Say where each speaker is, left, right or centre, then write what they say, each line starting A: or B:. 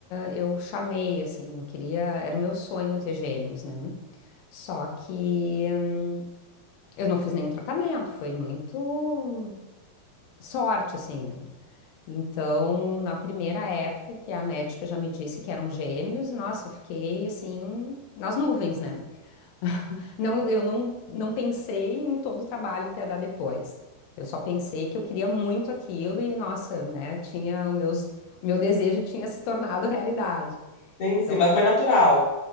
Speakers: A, on the left; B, on the left.
A: eu chamei, assim, eu queria, era o meu sonho ter gêmeos, né? Só que hum, Eu não fiz nenhum tratamento, foi muito sorte, assim. né? Então, na primeira eco, que a médica já me disse que eram gêmeos, nossa, eu fiquei assim, nas nuvens, né? <laughs> Não, eu não, não pensei em todo o trabalho que ia dar depois. Eu só pensei que eu queria muito aquilo e, nossa, né, tinha o meus, o meu desejo tinha se tornado realidade.
B: Sim, sim,
A: Então
B: mas
A: foi,
B: foi natural.